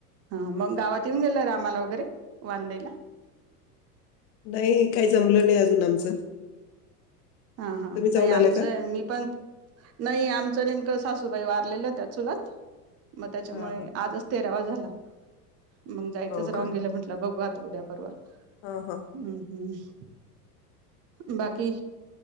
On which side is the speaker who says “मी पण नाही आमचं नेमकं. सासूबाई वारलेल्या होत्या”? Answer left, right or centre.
Right